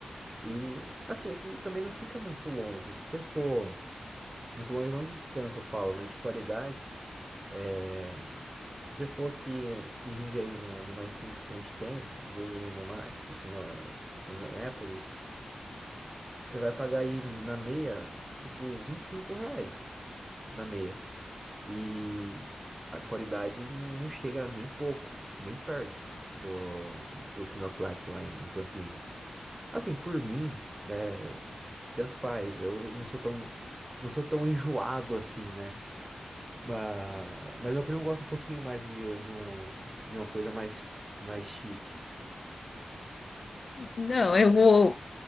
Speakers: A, on the right (about 30°); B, on the left (about 70°).
A: E assim, é que não- também não fica muito longe. Se você for muito longe, não de distância eu falo, né? De qualidade. é, se você for aqui em Jundiaí, no, no mais simples que a gente tem, às vezes ali no Max, o Cine- Cinépolis, você vai pagar aí na meia, tipo, 25 reais na meia. E a qualidade não, não chega nem pouco, nem perto do, do Kinoplex lá em Campinas. Assim, por mim, né, eu- tanto faz, eu não sou tão, não sou tão enjoado assim, né? Mas, mas meu primo gosta um pouquinho mais de, de, um, de uma coisa mais, mais chique.
B: não, eu vou,